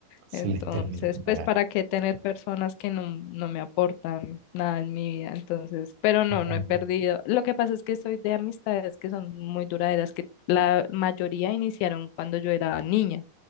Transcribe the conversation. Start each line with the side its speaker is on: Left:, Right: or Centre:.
Right: Se
Left: Entonces,
Right: les termina. para.
Left: pues, ¿para qué tener personas que no, no me aportan nada en mi vida? Entonces, pero no,
Right: Totalmente.
Left: no he perdido. Lo que pasa es que soy de amistades que son muy duraderas, que la mayoría iniciaron cuando yo era niña.